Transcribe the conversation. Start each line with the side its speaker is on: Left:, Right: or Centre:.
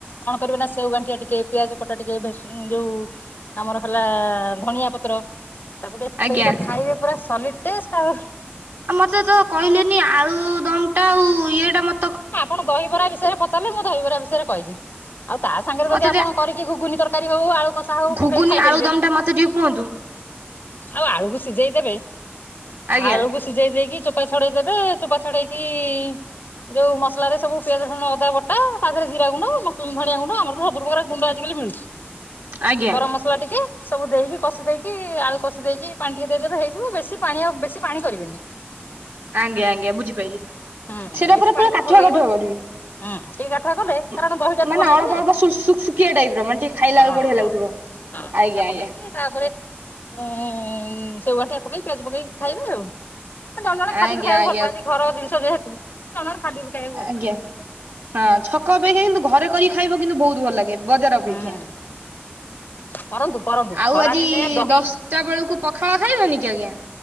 Left: କଣ କରିବେ ନା ସେଉ ଗାଣ୍ଠିଆ ଟିକେ ପିଆଜ କଟା ଟିକେ <unintelligible> ଯୋଉ ଆମର ହେଲା ଧଣିଆ ପତ୍ର, ତାକୁ ଟିକେ ପକେଇକି
Right: ଆଜ୍ଞା।
Left: ତ ଖାଇବେ ପୁରା ସଲିଡ୍ ଟେଷ୍ଟ ଆଉ।
Right: ଆଉ ମତେ ତ କହିଲେନି ଆଳୁ ଦମ୍ ଟା ଆଉ ଇଏ ଟା ମ
Left: ଆପଣ ଦହିବରା ବିଷୟରେ ପଚାରିଲେ, ମୁଁ ଦହିବରା ବିଷୟରେ କଇଲି। ଆଉ ତା ସାଙ୍ଗରେ
Right: ମତେ
Left: ଯଦି
Right: ଟିକେ
Left: ଆପଣ କରିକି ଘୁଗୁନି ତରକାରୀ ହଉ ଆଳୁ କଷା ହଉ
Right: ଘୁଗୁନି
Left: ପକେଇି ଖାଇ
Right: ଆଳୁଦମ୍
Left: ପାରିବେ।
Right: ମତେ ଟିକେ କୁହନ୍ତୁ।
Left: ଆଉ ଆଳୁକୁ ସିଜେଇଦେବେ,
Right: ଆଜ୍ଞା
Left: ଆଳୁକୁ ସି ସିଜେଇ ଦେଇକି ଚୋପା ଛଡେଇ ଦେବେ, ଚୋପା ଛଡେଇକି ଯୋଉ ମସଲାରେ ସବୁ ପିଆଜ ରସୁଣ ଅଦା ବଟା ତା ଦେରେ ଜିରା ଗୁଣ୍ଡ, ଧଣିଆ ଗୁଣ୍ଡ ଆମର ତ ସବୁ ପ୍ରକାର ଗୁଣ୍ଡ ଆଜିକାଲି ମିଳୁଚି
Right: ଆଜ୍ଞା।
Left: ଗରମ୍ ମସଲା ଟିକେ ସବୁ ଦେଇକି କଷି ଦେଇକି ଆଳୁ କଷି ଦେଇକି ପାଣି ଟିକେ ଦେଇଦେବେ ହେଇଯିବ, ବେଶୀ ପାଣି ଆଉ ବେଶୀ ପାଣି କରିବେନି।
Right: ଆଜ୍ଞା-ଆଜ୍ଞା ବୁଝିପାଇଲିି,
Left: ହୁଁ
Right: ସେଟା
Left: ବେଶୀ
Right: ପୁରା-ପୁରା
Left: ପାଣି କଲେ
Right: କାଠୁଆ-କାଠୁଆ
Left: ଭଲ ଲାଗିବନି
Right: କରିବି।
Left: ହୁଁ ଟିକେ ଗାଠୁଆ କଲେ କାରଣ ଦହିଟା ଥିବ
Right: ମାନେ
Left: ନା ଏଥିରେ
Right: ଅଳପ
Left: ହଁ
Right: ଅଳ୍ପ <unintelligible> ସୁୁଖିଆ ଟାଇପ୍ ର ମାନେ ଟିକେ ଖାଇଲା
Left: ହଁ
Right: ବେଳୁକୁ ବଢିଆ ଲାଗୁଥିବ।
Left: ହଁ
Right: ଆଜ୍ଞା-ଆଜ୍ଞା।
Left: ସେଇଟା ପକେଇକି ତାପରେ ଉଁ ସେଓ ଗାଣ୍ଠିଆ ପକେଇକି ପିଆଜ ପକେଇକି ଖାଇବେ ଆଉ। ଜଣେ-ଜଣେ ଖାଲି
Right: ଆଜ୍ଞା
Left: ବିି ଖାଇବାକୁ
Right: ଆଜ୍ଞା।
Left: ଭଲ ପାଆନ୍ତି, ଘର ଜିନଷ ଯେହେତୁ ଜଣେ-ଜଣେ ଖାଲି ବି ଖାଇବାକୁ ଭଲ
Right: ଆଜ୍ଞା
Left: ପାଆନ୍ତି।
Right: ହଁ ଛକ ଅପେକ୍ଷା କିନ୍ତୁ ଘରେ କରିିକି ଖାଇବ କିନ୍ତୁ ବହୁତ୍ ଭଲ୍ ଲାଗେ। ବଜାର
Left: ହୁଁ
Right: ଅପେକ୍ଷା,
Left: କରନ୍ତୁ କରନ୍ତୁ
Right: ଆଉ
Left: ଖରା
Right: ଆଜି
Left: ଦିନେ ଦହି
Right: ଦଶ୍ ଟା ବେଳକୁ ପଖଳ ଖାଇବେନି କି ଆଜ୍ଞା?